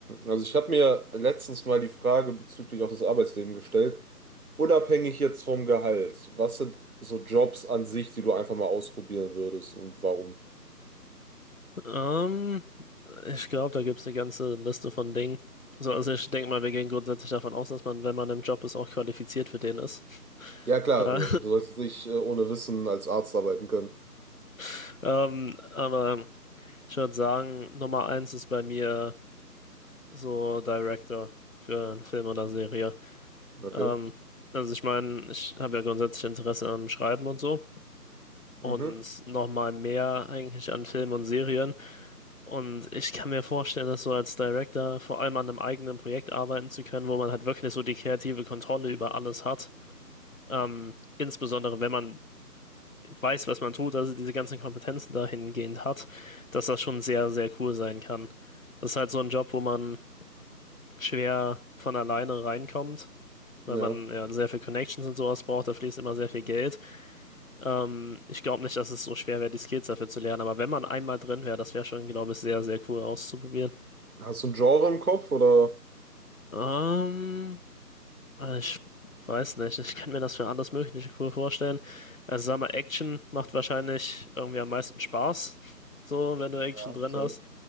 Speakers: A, on the right (about 60°); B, on the left (about 55°).
A: Also ich habe mir letztens mal die Frage bezüglich auch des Arbeitslebens gestellt, unabhängig jetzt vom Gehalt, was sind so Jobs an sich, die du einfach mal ausprobieren würdest und warum?
B: Ähm, ich glaube, da gibt es eine ganze Liste von Dingen. So, also ich denke mal, wir gehen grundsätzlich davon aus, dass man, wenn man im Job ist, auch qualifiziert für den ist.
A: Ja klar,
B: Äh,
A: du, also du sollst nicht äh, ohne Wissen als Arzt arbeiten können.
B: <laughs> ähm, aber ich würde sagen, Nummer eins ist bei mir so Director für einen Film oder Serie.
A: Okay.
B: Ähm, also ich meine, ich habe ja grundsätzlich Interesse am Schreiben und so und
A: Mhm.
B: noch mal mehr eigentlich an Filmen und Serien. Und ich kann mir vorstellen, dass so als Director vor allem an einem eigenen Projekt arbeiten zu können, wo man halt wirklich so die kreative Kontrolle über alles hat. Ähm, insbesondere wenn man weiß, was man tut, also diese ganzen Kompetenzen dahingehend hat, dass das schon sehr, sehr cool sein kann. Das ist halt so ein Job, wo man schwer von alleine reinkommt,
A: Ja.
B: weil man ja sehr viel Connections und sowas braucht, da fließt immer sehr viel Geld. Ähm, ich glaube nicht, dass es so schwer wäre, die Skills dafür zu lernen, aber wenn man einmal drin wäre, das wäre schon, glaube ich, sehr, sehr cool auszuprobieren.
A: Hast du ein Genre im Kopf oder?
B: Ähm, also ich weiß nicht, ich kann mir das für alles Mögliche cool vorstellen. Also sag mal, Action macht wahrscheinlich irgendwie am meisten Spaß, <laughs> so wenn du Action
A: Ja,
B: drin
A: safe.
B: hast.